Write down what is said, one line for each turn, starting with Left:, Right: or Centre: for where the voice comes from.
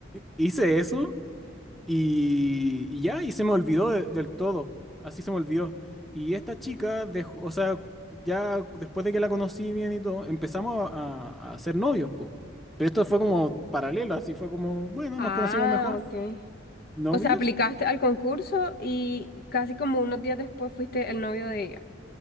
Centre: Hice eso y, y ya, y se me olvidó de- del todo. Así se me olvidó. Y esta chica, dejó- o sea, ya después de que la conocí bien y todo, empezamos a, a- a ser novios, po. Pero esto fue como paralelo, así fue como, bueno,
Left: Ah,
Centre: nos conocimos mejor,
Left: ok.
Centre: novios.
Left: O sea, aplicaste al concurso y casi como unos días después fuiste el novio de ella.